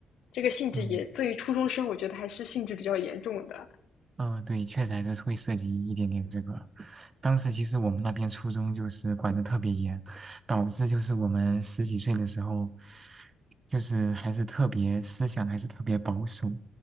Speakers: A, on the left (about 75°); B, on the right (about 30°).
A: 这个性质也对于初中生，
B: 嗯。
A: 我觉得还是性质比较严重的。
B: 嗯，对，确实还是会涉及一点点这个。当时其实我们那边初中就是管得特别严，导致就是我们十几岁的时候，就是还是特别思想还是特别保守，